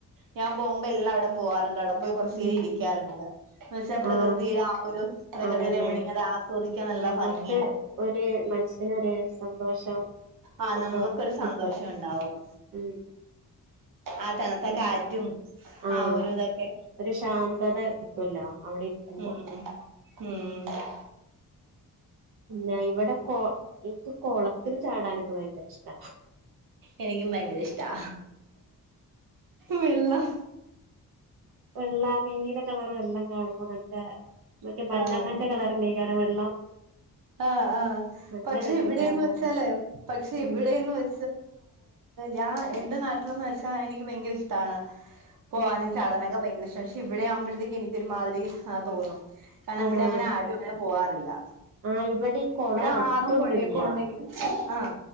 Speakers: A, on the right; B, on the right.
A: ഞാൻ പോകുമ്പോ എല്ലാം അവിടെ പോവാാറുണ്ട് അവിടെ പോയി കൊറച്ചു ചേരംഇരിക്കാറുണ്ട്
B: ഉം
A: എന്ന വെച്ചാൽ പ്രകൃതിയുടെ
B: ആ
A: ആ ഒരു പ്രകൃതി
B: അതന്നെ
A: രമണീ അത് ആസ്വദിക്കാൻ നല്ല
B: ഞമ്മക്ക്
A: ഭംഗിയാണ്
B: ഒരു മനസ്സിനരു സന്തോഷം
A: ആ
B: ഒക്കെ
A: നമ്മക്കരു
B: കിട്ടും
A: സന്തോഷം ഉണ്ടാവും
B: ഉം
A: ഉ തണത്തെ
B: പിന്നെ
A: കാറ്റും
B: ആഹ്
A: ആ ഒരു ഇതൊക്കെ
B: ഒരു ശാന്തത കിട്ടുമല്ലോ അവിടെ ഇരിക്കുമ്പോ
A: ഉം ഉം
B: പിന്ന ഇവിടെ കോ എനിക്ക് കുളത്തിൽ ചാടാനൊക്കെ ഭയങ്കര ഇഷ്ടാ
A: എനിക്കും ഭയങ്കര ഇഷ്ടാ വെള്ളം
B: വെള്ളം നീല കളർ വെള്ളം കാണുമ്പോ നല്ല മെ മണ്ണെണ്ണന്റെ
A: ആഹ്
B: കളർണ്ടഈ കാരം വെള്ളം
A: ആഹ ആഹ
B: നല്ല
A: പക്ഷെ
B: രസം
A: ഇവിടെന്ന്
B: ചാടാൻ
A: വെച്ചാലേ പക്ഷെ
B: ഉം
A: ഇവിടെന്ന് വെ ഞാൻ എൻന്റെ നാട്ടിലന്ന് വെച്ചാ എനിക്ക് ഭയങ്കര ഇഷ്ടാണ് പോകാനും
B: ഉം
A: ചടനൊക്കെ ഭയങ്കര ഇഷ്ടമാണ് പക്ഷെ ഇവിടെ ആവുമ്പോഴത്തേക്ക് എനിക്ക് ഒരുമാതി ആ തോന്നും കാരണം
B: ആഹ്
A: ഇവിടെ അങ്ങനെ ആരും അങ്ങനെ പോവാാറില്ല
B: ആഹ് ഇവിടെ ഈ കൊളം
A: ഇവിടെ
B: അടുത്തൊന്നുല്ല
A: ആറും പുഴയൊക്കെ ഉണ്ടെങ്കിൽ ആഹ